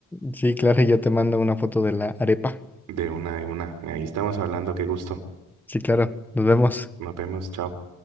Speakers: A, in the centre; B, on the right.
A: Sí, claro, ya te mando una foto de la arepa.
B: De una, de una. Ahí estamos hablando, qué gusto.
A: Sí, claro, nos vemos.
B: Nos vemos, chao.